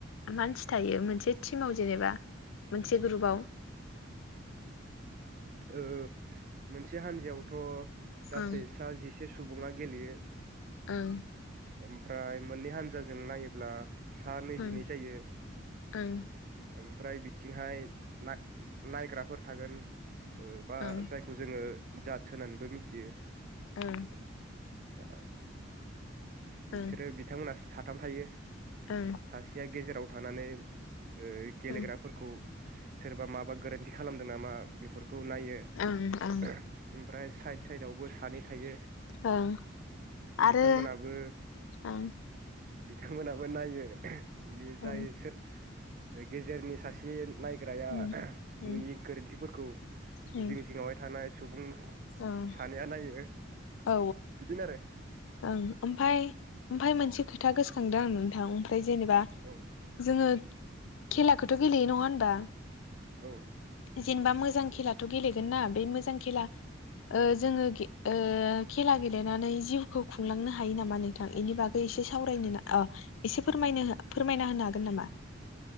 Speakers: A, on the left; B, on the right.
A: मानसि थायो मोनसे टिमाव जेनेबा मोनसे ग्रुबाव।
B: ओं मोनसे हान्जायावथ' गासै
A: ओं
B: सा जि से सुबुङा गेलेयो।
A: ओं
B: ओमफ्राय मोननै हान्जाजों नायोब्ला सा नैजिनै
A: ओं
B: जायो
A: ओं
B: ओम फ्राय बिथिंहाय नाय नायग्राफोर थागोन। ओ बा
A: ओं
B: जायखौ जोङो जादस् होनानैबो मिथियो
A: ओं
B: दा बिसोरो
A: ओं
B: बिथांमोना सा थाम थायो।
A: ओं
B: सासेया गेजेराव थानानै ओ गेलेग्राफोरखौ
A: ओं
B: सोरबा माबा गोरोन्थि खालामदो नामा बेफोर खौ नायो
A: ओं ओं
B: ओमफ्राय साइद साइद आवबो सानै थायो।
A: ओं आरो
B: बिथांमोनाबो
A: ओं
B: बिथांमोनाबो नायो। बियो जायो
A: ओं
B: सोर ओ गेजेरनि सासे नायग्राया
A: उम उम
B: नुयि गोरोन्थिफोरखौ
A: उम
B: जिं जिंङावहाय थानाय सुबुं
A: ओं
B: सानैया नायो
A: औ
B: बिदिनो आरो।
A: ओं ओमफाय ओमफाय मोनसे खोथा गोसोखांदों आं नोंथां फय जेनेबा
B: औ
A: जोङो खेलाखौथ' गेलेयो नङा होनबा?
B: औ
A: जेनेबा मोजां खेलाथ' गेलेगोन ना बे मोजां खेला ओ जोङो गे ओ खेला गेलेनानै जिउखौ खुंलांनो हायो नामा नोंथां इनि बागै एसे सावरायनो ना अ एसे फोरमायनो फोरमायना होनो हागोन नामा?